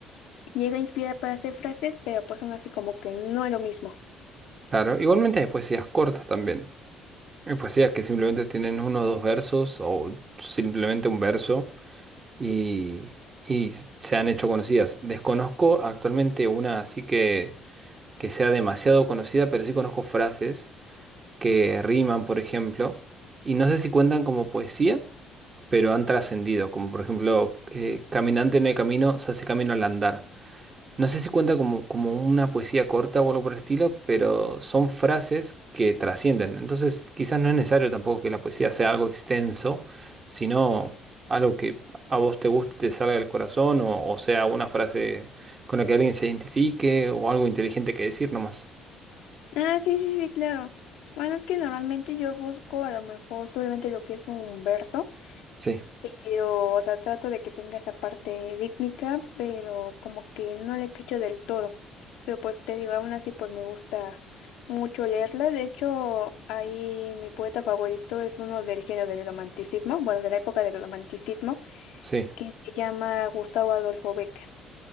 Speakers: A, on the left; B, on the right.
A: llega a inspirar para hacer frases, pero pues aún así como que no es lo mismo.
B: Claro, igualmente hay poesías cortas también. Eh, Pues sí, es que simplemente tienen uno o dos versos o simplemente un verso y, y se han hecho conocidas. Desconozco actualmente una así que, que sea demasiado conocida, pero sí conozco frases que riman, por ejemplo, y no sé si cuentan como poesía, pero han trascendido, como por ejemplo, eh, caminante no hay camino, se hace camino al andar. No sé si cuenta como, como una poesía corta o algo por el estilo, pero son frases que trascienden. Entonces, quizás no es necesario tampoco que la poesía sea algo extenso, sino algo que a vos te guste, te salga del corazón, o, o sea, una frase con la que alguien se identifique, o algo inteligente que decir nomás.
A: Ah, sí, sí, sí, claro. Bueno, es que normalmente yo busco a lo mejor solamente lo que es un verso,
B: Sí,
A: pero, o sea, trato de que tenga esa parte rítmica, pero como que no le cacho del todo. Pero pues te digo, aún así pues me gusta mucho leerla. De hecho, ahí mi poeta favorito es uno del género del romanticismo, bueno, de la época del romanticismo,
B: sí.
A: que se llama Gustavo Adolfo Becker.